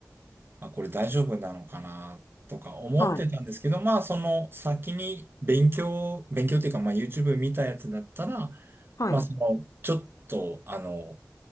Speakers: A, on the right; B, on the left.
A: あ、これ大丈夫なのかなとか思ってたんですけど、
B: はい。
A: まあその先に勉強、勉強っていうかまあ YouTube 見たやつだったら、
B: はい。
A: まあそのちょっとあの、